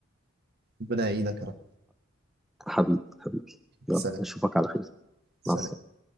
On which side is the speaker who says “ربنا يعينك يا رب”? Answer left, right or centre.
Right